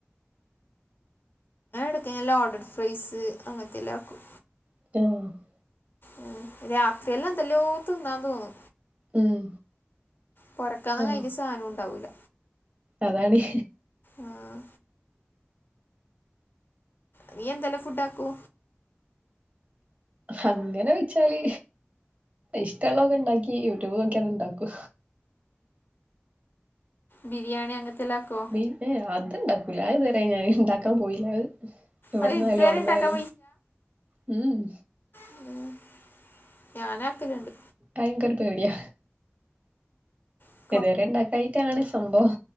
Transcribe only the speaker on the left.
ട്ക്കനല്ലേ ലോഡർ ഫ്രൈസ് അങ്ങനത്തെ എല്ലാക്കും
ഉ രാത്രിയല്ലാം എന്തല്ലോ തിന്നാ തോന്നു
പൊറക്കാന്നഅയ്ത്യ
സാനും ഉണ്ടാവൂല്ല
ആഹ് നീ എന്തല്ലേ ഫുഡ് ആക്കു?
ബിരിയാണി അങ്ങനത്തെല്ല ആക്കോ?
അത് ഇതുവരെ
ഉണ്ടാക്കാൻ
ഉം ഞാനാക്കലുണ്ട്
ഉ